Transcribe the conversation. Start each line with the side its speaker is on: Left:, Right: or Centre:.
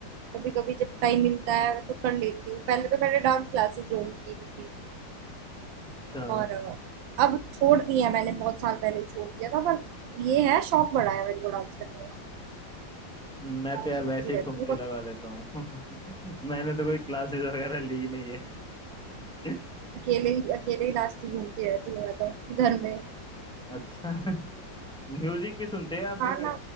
Right: कभी कभी जब टाइम मिलता है तो कर लेती हूँ पहले तो मैंने डांस क्लासेस ज्वाइन की हुई थी
Centre: अच्छा
Right: और अ, अब छोड़ दिया मैंने बहुत साल पहले छोड़ दिया था पर ये है शौक बढ़ा है मेरे को डांस करने का
Centre: मैं
Right: डांस
Centre: तो यार वैसे
Right: करती
Centre: ही
Right: रहती
Centre: ठुमके
Right: हूँ
Centre: लगा लेता हूँ <laughs> मैंने तो कोई क्लासेस वगैरह ली नहीं है <laughs>
Right: अकेले ही अकेले ही नाचती घूमती रहती हूँ मैं तो घर में
Centre: अच्छा म्यूजिक भी सुनते हैं या
Right: खाना
Centre: फिर